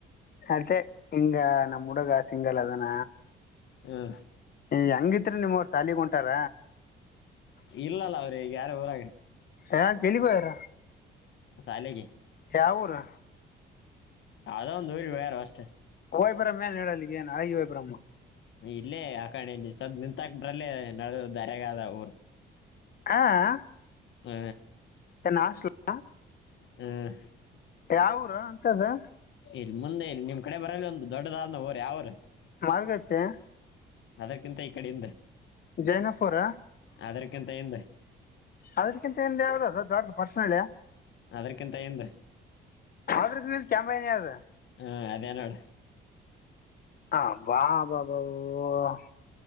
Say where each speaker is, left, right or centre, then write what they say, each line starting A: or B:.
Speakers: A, on the left (about 50°); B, on the left (about 70°).
A: ಅದೇ ಹಿಂಗ ನಮ್ ಹುಡುಗ ಸಿಂಗಲ್ ಅದಾನ
B: ಹಾ
A: ಹೆಂಗಿತ್ರಿ ನಿಮ್ಮವ್ರ ಸಾಲಿಗ ಹೊಂಟಾರ
B: ಇಲ್ಲಲ್ಲ ಅವ್ರ ಈಗ ಯಾರ ಊರಾಗ
A: ಹ ಕೇಳಗ ಎರ
B: ಸ ಅಲೆಗೆ
A: ಹ್ಯಾವುರು
B: ಅ ಒಂದು <unintelligible> ಅಷ್ಟೇ
A: ವೈಬ್ರಹಮ್ಮ ಏನು ಹೇಳಲಿ ಏನು ಹ ಹಾಗಿ ವೈಬ್ರಹಮ್ಮ
B: ಇಲ್ಲೇ ಆಕಣೆ ನೀ ಸ್ವಲ್ ನಿಂತಾಕ್ ಬ್ರಲ್ಲೇ ನಡ ದಾರಾಗಾದ ಊರ್
A: ಹಾ ಹ
B: ಹ
A: ಕನ್ನಶಲ <unintelligible>
B: ಹ್ಮ್
A: ಯಾವೂರು ಅಂತದು
B: ಇಲ್ಲಿ ಮುಂದೆ ಇನ್ ನಿಮ್ ಕಡೆ ಬರಲಿ ಒಂದು ದೊಡ್ಡದಾದ್ ರ ಯಾವರು
A: ಮಾರ್ಗೈತೆ
B: ಅದರ್ಕಿಂತ ಈ ಕಡೆಯಿಂದೆ
A: ಜನಪುರ
B: ಅದ್ರಕ್ಕಿಂತ ಎಿಂದ
A: ಅದಕ್ಕಿಂತ ಎಂದ ಯಾವ್ದ ದೊಡ್ಡ ಪರ್ಸಳ್ಳ
B: ಅದಕ್ಕಿಂತ ಎಂದ
A: ಆದ್ರಕ ಮೇಲೆ <unintelligible> ಅದ
B: ಹ್ಮ ಅದೇನೋಡ
A: ಹ ಬಾ ಬಾಬಾವು <unintelligible>